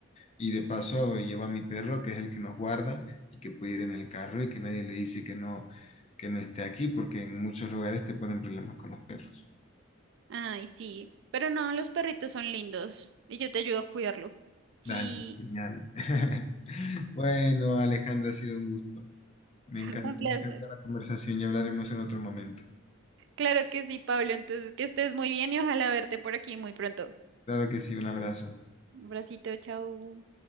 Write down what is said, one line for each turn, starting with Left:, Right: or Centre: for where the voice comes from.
Left: Y de paso llevo a mi perro, que es el que nos guarda y que puede ir en el carro y que nadie le dice que no, que no esté aquí, porque en muchos lugares te ponen problemas con los perros.
Right: Ay, sí, pero no, los perritos son lindos y yo te ayudo a cuidarlo. Sí,
Left: Dale, genial. <laughs> Bueno, Alejandra, ha sido un gusto. Me
Right: <laughs>
Left: encanta,
Right: un placer.
Left: me encanta la conversación y hablaremos en otro momento.
Right: Claro que sí, Pablo. Entonces, que estés muy bien y ojalá verte por aquí muy pronto.
Left: Claro que sí, un abrazo.
Right: Un bracito, chao.